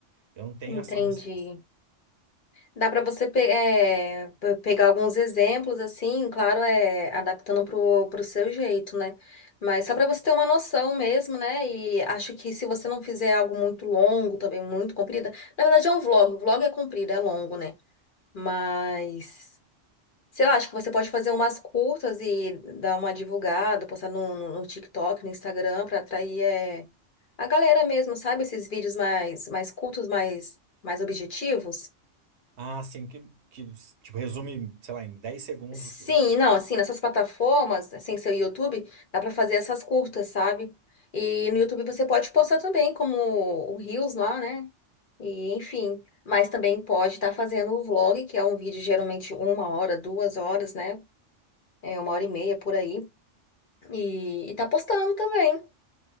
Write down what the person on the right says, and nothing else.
Eu não tenho
essa noção.
Ah, sim, que, que tipo, resume, sei lá, em 10 segundos
o que eu.